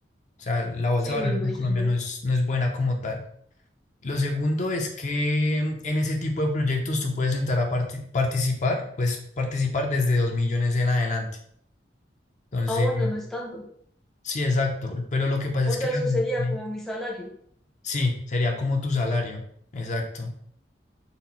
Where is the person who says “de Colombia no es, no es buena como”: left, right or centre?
Left